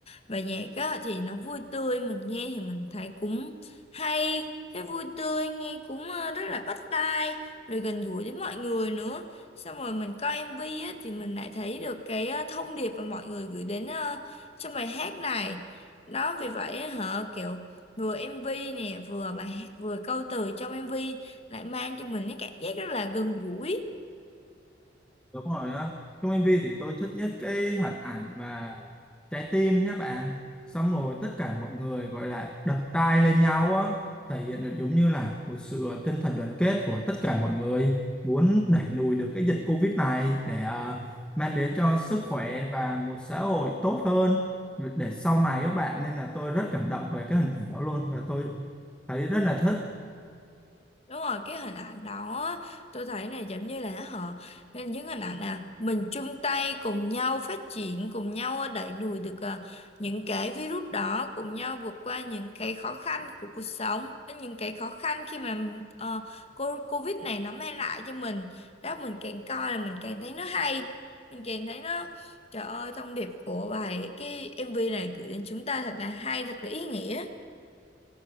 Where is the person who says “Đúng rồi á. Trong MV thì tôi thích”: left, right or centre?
Centre